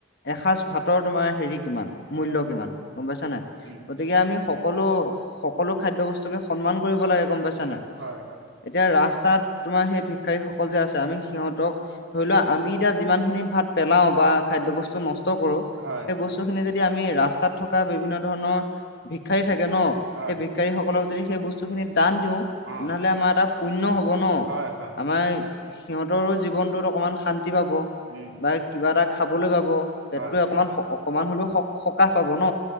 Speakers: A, on the left; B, on the right.
A: এসাঁজ ভাতৰ তোমাৰ হেৰি কিমান মূল্য
B: হয়
A: কিমান গম পাইছা নাই?
B: উম
A: গতিকে আমি সকলো সকলো খাদ্য বস্তুকে সন্মান কৰিব লাগে গম পাইছা নাই?
B: হয় হয়
A: এতিয়া ৰাস্তাত তোমাৰ সেই ভিক্ষাৰীসকল যে আছে, আমি সিহঁতক ধৰি লোৱা আমি এতিয়া যিমান খিনি ভাত পেলাও বা খাদ্য বস্তু নষ্ট কৰো
B: হয়
A: সেই বস্তুখিনি যদি আমি ৰাস্তাত থকা বিভিন্ন ধৰণৰ ভিক্ষাৰী থাকে ন?
B: হয়
A: সেই ভিক্ষাৰীসকলক যদি সেই বস্তুখিনি দান দিওঁ তেনেহলে
B: অ
A: আমাৰ এটা পুণ্য হব ন?
B: হয় হয়
A: আমাৰ সিহঁতৰো জীৱনটোত অকনমান শান্তি পাব
B: উম
A: বা কিবা এটা খাবলৈ পাব। পেটটোৱে
B: হয়
A: অকমান -অকমান হলেও সকাহ পাব ন?